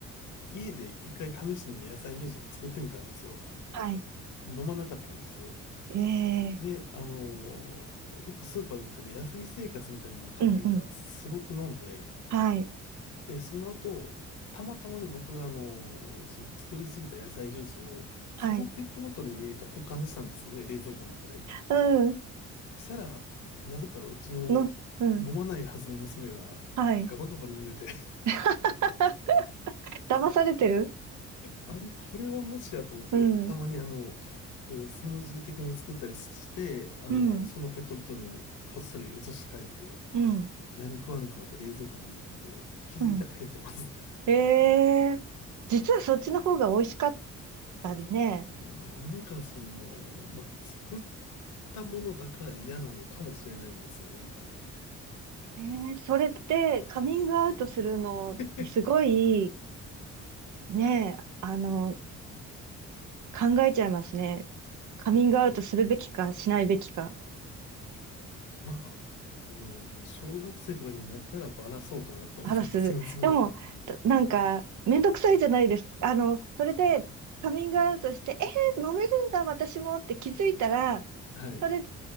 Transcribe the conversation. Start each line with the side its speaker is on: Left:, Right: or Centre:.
Left: 家で一回試しに野菜ジュースを作ってみたんですよ。
Right: はい。
Left: 飲まなかったんです。
Right: ええ
Left: で、あの、よくスーパーで売ってる野菜生活みたいなのを買ってきたら、
Right: ーうんうん。
Left: すごく飲んで、
Right: はい。
Left: で、その後、たまたまね、僕があの、その作りすぎた野菜ジュースを、そのペットボトルに入れて保管したんですよね、
Right: はい。
Left: 冷蔵庫の中で。
Right: うん。
Left: したら、なぜかうちの飲まないはずの娘がガバガバ飲んでて
Right: の、うん。はい。
Left: <laughs>
Right: <laughs> 騙されてる
Left: あれ、これはもしやと思って、
Right: うん、
Left: たまにあの、そのスムージー的に作ったりして、あの、
Right: うん、
Left: そのペットボトルにこっそり移し替えて、
Right: うん。
Left: 何食わぬ顔で冷蔵庫に入れとくと、気づいたら減ってます。
Right: うん。ええ実はそっちの方が美味しかったりね。
Left: うんなんかその、まあ、作ったものだから嫌なのかもしれないんですよね。
Right: ええそれってカミングアウトするの、
Left: <laughs>
Right: すごい、ね、あの、考えちゃいますね。カミングアウトするべきか、しないべきか、
Left: まあ、あの、小学生とかになったらバラそうかなと思ったりしますけど。
Right: 話す。でも、
Left: <laughs>
Right: となんか、めんどくさいじゃないですか。あの、それで、カミングアウトして、ええ飲めるんだ、私もって気づいたら、
Left: はい。
Right: それ、